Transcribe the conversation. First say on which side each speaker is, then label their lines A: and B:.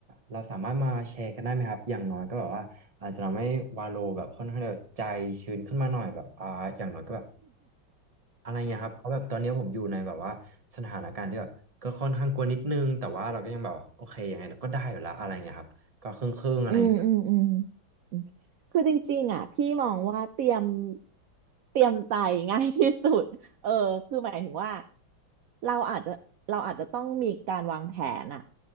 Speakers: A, on the right; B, on the right.
A: เราสามารถมาแชร์กันได้ไหมครับอย่างน้อยก็แบบว่าอาจจะทำให้วาโลแบบค่อนข้างจะใจชื้นขึ้นมาหน่อยแบบอ่าอย่างน้อยก็แบบอะไรเงี้ยครับเพราะแบบตอนนี้ผมอยู่ในแบบว่าสถานการณ์ที่แบบก็ค่อนข้างกลัวนิดนึงแต่ว่าเราก็ยังแบบว่าโอเคยังไงเราก็ได้อยู่ละอะไรเงี้ยครับก็ครึ่งๆอะไรเงี้ย
B: อืมอืมอืมอืมคือจริงๆอ่ะพี่มองว่าเตรียมเตรียมใจง่ายที่สุดเออคือหมายถึงว่าเราอาจจะเราอาจจะต้องมีการวางแผนอ่ะ